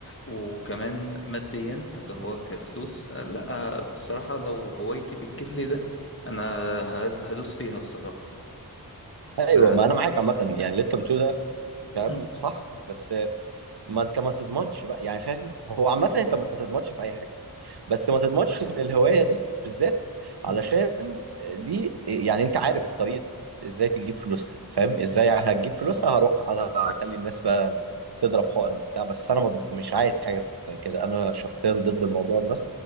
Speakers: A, on the left; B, on the right.
A: وكمان ماديا اللي هو كفلوس آه، لا آه، بصراحة لو هوايتي بتجيب لي ده أنا ه- هدوس فيها بصراحة ف
B: ايوه ما انا معاك عامه يعني اللي انت بتقوله ده كلام
A: م-
B: صح بس ما انت ما تضمنش بقى يعني فاهم هو عامة
A: م-
B: انت ما تضمنش في اي حاجة بس ما تضمنش ان الهواية دي بالذات علشان
A: م-
B: دي يعني انت عارف طريقة ازاي تجيب فلوسها فاهم ازاي
A: بالظبط
B: هتجيب فلوسها
A: أه
B: هروح اخلي الناس بقى تضرب حقن وبتاع بس انا مض- مش عايز حاجة زي كده انا شخصيا ضد الموضوع ده